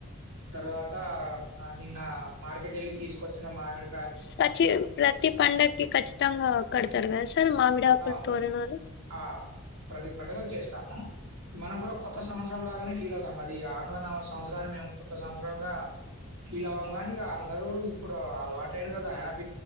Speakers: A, on the right; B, on the left.
A: తర్వాత ఆ నిన్నా మార్కెట్ ఎళ్ళి తీసుకొచ్చిన మామిడి
B: సచ్చి ప్రతి పండగ్కి ఖచ్చితంగా కడతారు కదా సార్ మామిడాకులు,
A: ఆ!
B: తోరణాలు
A: ఆ! ప్రతి పండుగలు చేస్తాము. మనం గుడా కొత్త సంస్ పండుగలానే ఫీల్ అవుతాం అది ఆంగ్ల న సంవత్సరాన్ని మేము కొత్త సంవత్సరంగా ఫీల్ అవ్వము. గానీ <inaudible> ప్పుడు అలవాటైరు గదా హ్యాప్